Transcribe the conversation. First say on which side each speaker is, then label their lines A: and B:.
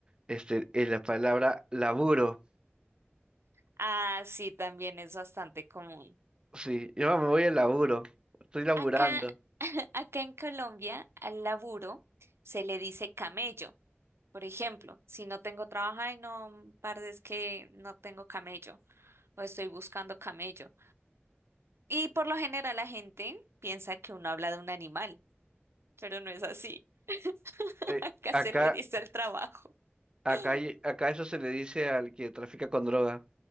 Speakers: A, on the right; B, on the right.
A: Este, es la palabra laburo.
B: Ah, sí, también es bastante común.
A: Sí, yo me voy al laburo. Estoy laburando.
B: Acá, <laughs> acá en Colombia, al laburo se le dice camello. Por ejemplo, si no tengo trabajo, ay, no, parce, es que no tengo camello o estoy buscando camello. Y por lo general la gente piensa que uno habla de un animal, pero no es así. <laughs>
A: Eh,
B: Acá
A: acá,
B: se le dice el trabajo.
A: acá,
B: <gasps>
A: hay- acá eso se le dice al que trafica con droga.